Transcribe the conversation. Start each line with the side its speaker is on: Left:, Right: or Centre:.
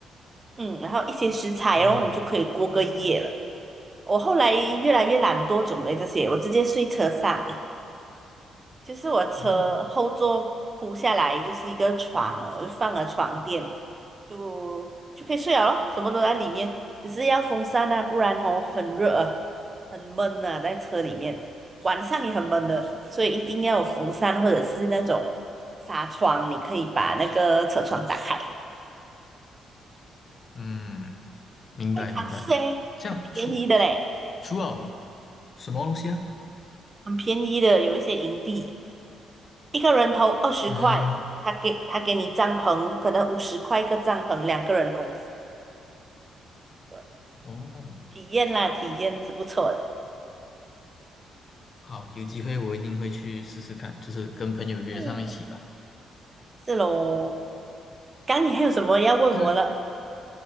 Right: 嗯，然后一些食材哦，
Left: 嗯
Right: 你就可以过个夜了。我后来越来越懒惰准备这些，我直接睡车上。就是我车后座铺下来就是一个床了，
Left: 哦
Right: 我就放了床垫，就就可以睡了咯，什么都在里面，只是要风扇啊，不然哦很热啊，很闷啊，在车里面，晚上也很闷的，所以一定要有风扇或者是那种纱窗，你可以把那个车窗打开，
Left: 嗯，明白明白。
Right: 可以尝试诶，
Left: 这样除
Right: 很便宜的嘞，
Left: 除了什么东西啊？
Right: 很便宜的，有一些营地一个人头二十块。
Left: 嗯
Right: 他给他给你帐篷，可能五十块一个帐篷，两个人公司。对，
Left: 哦，
Right: 体验啦，体验是不错的。
Left: 好，有机会我一定会去试试看，就是跟朋友约上一起吧。
Right: 嗯，是喽，刚你还有什么要问我了？
Left: 就是。